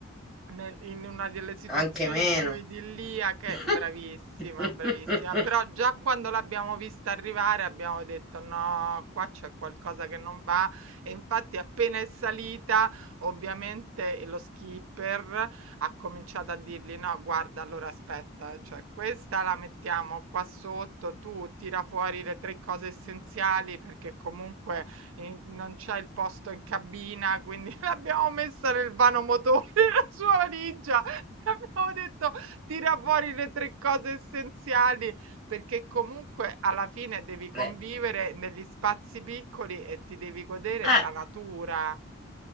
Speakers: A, on the right; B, in the centre.
A: nel in una delle situazioni
B: anche meno.
A: più idilliache,
B: <laughs>
A: bravissima, bravissima. Però già quando l'abbiamo vista arrivare abbiamo detto: "No, qua c'è qualcosa che non va". E infatti appena è salita, ovviamente lo skipper ha cominciato a dirgli: "No, guarda, allora aspetta, cioè questa la mettiamo qua sotto, tu tira fuori le 3 cose essenziali perché comunque e non c'è il posto in cabina, quindi <laughs> l'abbiamo messa nel motori la sua valigia. <laughs> Abbiamo detto tira fuori le tre cose essenziali perché comunque alla fine devi convivere
B: Eh,
A: negli spazi piccoli e ti devi godere
B: Eh,
A: la natura.